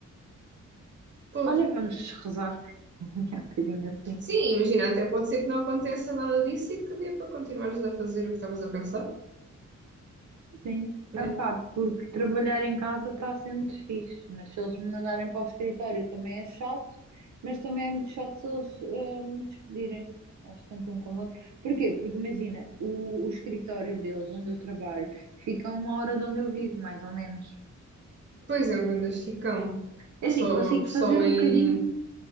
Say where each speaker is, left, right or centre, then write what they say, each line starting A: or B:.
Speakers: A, on the right (about 35°); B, on the right (about 65°).
A: Pois.
B: olha, vamos rezar. <laughs> Que É um bocadinho assim.
A: Sim, imagina, até pode ser que não aconteça nada disso e que dê para continuares a fazer o que estavas a pensar,
B: Sim.
A: né?
B: Epá, porque trabalhar em casa está sendo fixe, mas se eles me mandarem para o escritório também é chato, mas também é muito chato se eles ah, me despedirem. Eles tentam um com o outro. Porquê? Porque imagina, o, o escritório deles, onde eu trabalho, fica a uma hora de onde eu vivo, mais ou menos.
A: Pois é, um grande esticão.
B: É
A: Só,
B: assim, consigo
A: só
B: fazer um
A: em.
B: bocadinho,